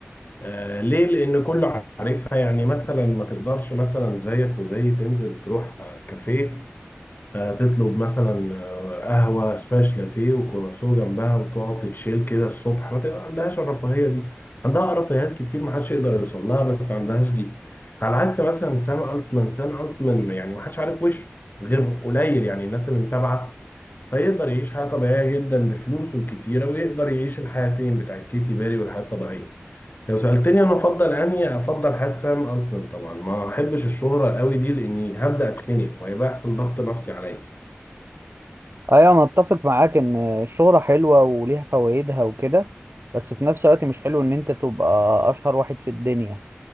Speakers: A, on the left; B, on the right.
A: آه ليه؟ لأن كله عارفها يعني مثلا ما تقدرش مثلا زيك وزي تنزل تروح كافيه آه، تطلب مثلا آه، قهوة سباش لاتيه وكرواسون جنبها وتقعد تتشيل كده الصبح ما ت- ما عندهاش الرفاهية دي عندها رفاهيات كتير ما حدش يقدر يوصل لها بس ما عندهاش دي على عكس مثلا سام التمان سام التمان يعني ما حدش عارف وشه غير قليل يعني الناس اللي متابعة فيقدر يعيش حياة طبيعية جدا بفلوسه الكتيرة ويقدر يعيش الحياتين بتاعت كيتي بيري والحياة الطبيعية لو سألتني أنا أفضل أنهي أفضل حياة سام التمان طبعا ما أحبش الشهرة قوي دي لأني هبدأ أتخنق وهيبقى يحصل ضغط نفسي عليا
B: أيوة أنا أتفق معاك إن الشهرة حلوة وليها فوائدها وكده بس في نفس الوقت مش حلو إن أنت تبقى أشهر واحد في الدنيا